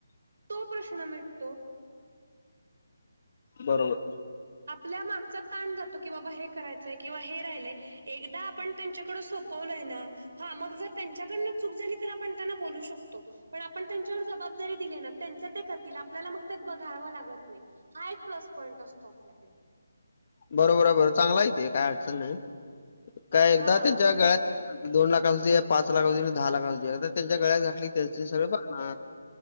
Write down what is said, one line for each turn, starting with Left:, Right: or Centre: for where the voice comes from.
Right: तो प्रश्न मिटतो
Left: बरोबर
Right: आपल्या मागचा ताण जातो की बाबा हे करायचंय किंवा हे राहिलंय एकदा आपण त्यांच्याकड सोपवलोय ना हा मग जर त्यांच्याकडन चूक झाली तर आपण त्यांना बोलू शकतो पण आपण त्यांच्यावर जबाबदारी दिली ना त्यांच ते करतील आपल्याला मग त्यात बघावं लागत नाही हा एक प्लस पॉईंट असतो आपल्याकड
Left: बरोबर आहे बर चांगला येते काय अडचण नाही काय एकदा
Right: हा
Left: त्यांच्या
Right: म्हणून
Left: गळ्यात दोन लाख असू दे पाच लाख अस दे आणि दहा लाख असू दे त्यांच्या गळ्यात घातटली त्यां सगळे बनणार